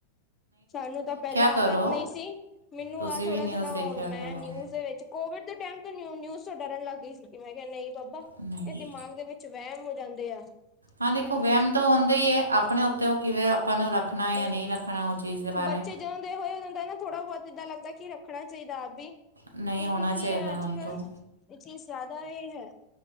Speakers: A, on the left; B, on the right.
A: ਸਾਨੂੰ ਤਾਂ ਪਹਿਲਾਂ
B: ਕਰੋ
A: ਆਦਤ ਨਹੀਂ ਸੀ, ਮੈਨੂੰ
B: ਤੁਸੀਂ
A: ਆਹ ਥੋੜਾ
B: ਵੀ ਨਿਊਜ਼
A: ਥੋੜਾ
B: ਦੇਖਿਆ
A: ਹੁਣ ਮੈਂ
B: ਕਰੋ
A: ਨਿਊਜ਼ ਦੇ ਵਿੱਚ ਕੋਵਿਡ ਦੇ ਟਾਈਮ ਤੋਂ ਨਿਊਜ਼ ਤੋਂ ਡਰਨ ਲੱਗ ਗਈ ਸੀਗੀ, ਮੈਂ ਕਿਹਾ ਨਹੀਂ ਬਾਬਾ
B: ਨਹੀਂ
A: ਇਹ ਦਿਮਾਗ ਦੇ ਵਿੱਚ ਚ ਵਹਿਮ ਹੋ ਜਾਂਦੇ ਆ
B: ਹਾਂ ਦੇਖੋ
A: ਅਨ
B: ਵਹਿਮ ਤਾਂ ਹੁੰਦਾ ਹੀ ਏ, ਆਪਣੇ ਉੱਤੇ ਉਹ ਕਿਵੇਂ ਆਪਾਂ ਨੂੰ ਰੱਖਣਾ
A: ਪਰ
B: ਜਾਂ ਨਹੀਂ ਰੱਖਣਾ। ਚੀਜ਼ ਦੇ ਬਾਰੇ
A: ਬੱਚੇ ਜਦੋਂ ਦੇ ਹੋਏ, ਉਹੋਂ ਦਾ ਨਾ ਥੋੜ੍ਹਾ ਬਹੁਤ ਇੱਦਾਂ ਲੱਗਦਾ ਕਿ ਰੱਖਣਾ ਚਾਹੀਦਾ ਆਪ ਵੀ।
B: ਨਹੀਂ
A: ਕਿਉਂਕਿ
B: ਹੋਣਾ
A: ਕੀ
B: ਚਾਹੀਦਾ
A: ਹੈ ਅੱਜ
B: ਹੁਣ
A: ਕੱਲ੍ਹ,
B: ਤੋਂ
A: ਇਹ ਚੀਜ਼ ਜ਼ਿਆਦਾ ਇਹ ਹੈ।